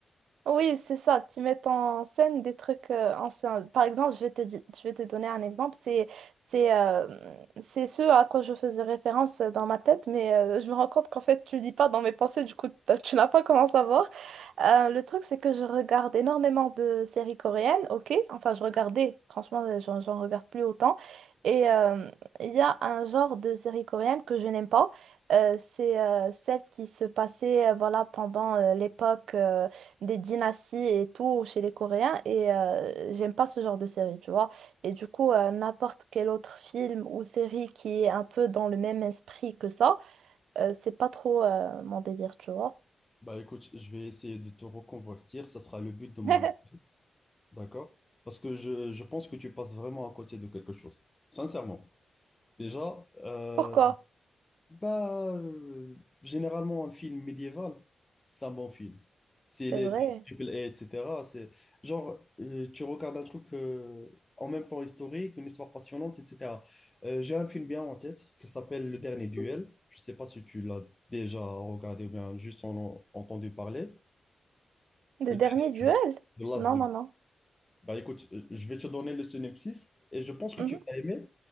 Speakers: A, on the right (about 80°); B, on the left (about 25°).
A: Oui, c'est ça, qui mettent en scène des trucs euh, anciens. Par exemple, je vais te, di- je vais te donner un exemple. C'est, c'est, euh, c'est ce à quoi je faisais référence euh, dans ma tête, mais euh, je me rends compte qu'en fait, tu lis pas dans mes pensées, du coup, t'as- tu n'as pas comment savoir. Euh, le truc, c'est que je regarde énormément de séries coréennes, ok? Enfin, je regardais, franchement, euh, j'en j'en regarde plus autant. Et euh, il y a un genre de série coréenne que je n'aime pas. Euh, c'est euh, celle qui se passait euh, voilà, pendant euh, l'époque. euh, des dynasties et tout chez les Coréens et euh, j'aime pas ce genre de série, tu vois. Et du coup, euh, n'importe quel autre film ou série qui est un peu dans le même esprit que ça, euh, c'est pas trop euh, mon délire, tu vois.
B: Bah écoute, je vais essayer de te reconvertir, ça sera le but de mon
A: <laughs>
B: D'accord? Parce que je, je pense que tu passes vraiment à côté de quelque chose. Sincèrement. Déjà, euh,
A: Pourquoi?
B: bah, euh, généralement, un film médiéval, c'est un bon film. S'il
A: C'est
B: est
A: vrai.
B: de triple A, etc., c'est genre, euh, tu regardes un truc euh, en même temps historique, une histoire passionnante, etc. Euh, j'ai un film bien en tête qui s'appelle Le Dernier Duel. Je ne sais pas si tu l'as déjà regardé ou bien juste en, en entendu parler.
A: Le
B: Le
A: dernier
B: Dernier
A: duel?
B: Duel, The Last
A: Non,
B: Duel.
A: non, non.
B: Bah écoute, euh, je vais te donner le synopsis et je pense que
A: Mhm.
B: tu vas aimer.